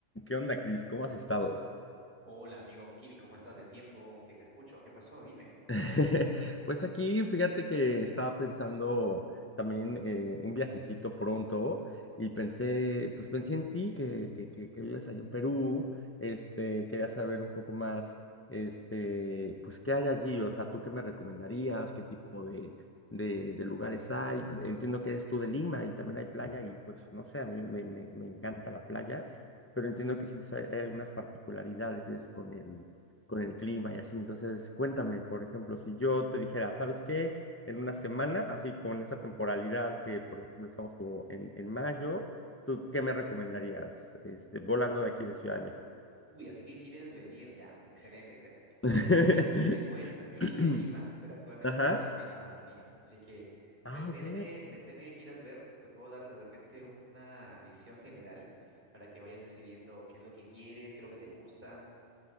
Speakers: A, on the left; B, on the right.
A: ¿Qué onda, Cris? ¿Cómo has estado?
B: Hola, amigo Kir, ¿cómo estás de tiempo que te escucho? ¿Qué pasó? Dime.
A: <laughs> Pues aquí, fíjate que estaba pensando también eh, un viajecito pronto y pensé, pues pensé en ti, que, que, que, que vives allá en Perú, este, quería saber un poco más, este, pues qué hay allí, o sea, ¿tú qué me recomendarías? ¿Qué tipo de, de, de lugares hay? Entiendo que eres tú de Lima y también hay playa y pues no sé, a mí me, me, me encanta la playa, pero entiendo que sí hay algunas particularidades con el con el clima y así. Entonces, cuéntame, por ejemplo, si yo te dijera, ¿sabes qué? En una semana, así con esa temporalidad que, por ejemplo, estamos como en, en mayo, ¿tú qué me recomendarías este, volando de aquí de Ciudad de México?
B: Uy, así que quieres venir ya. Excelente, excelente.
A: <coughs>
B: Te, te cuento, yo
A: <laughs>
B: soy de Lima,
A: <clears throat>
B: pero actualmente
A: Ajá.
B: estoy en la, en la Amazonía. Así que
A: Ah,
B: depende,
A: ok.
B: depende de qué quieras ver, te puedo dar de repente una visión general para que vayas decidiendo qué es lo que quieres, qué es lo que te gusta.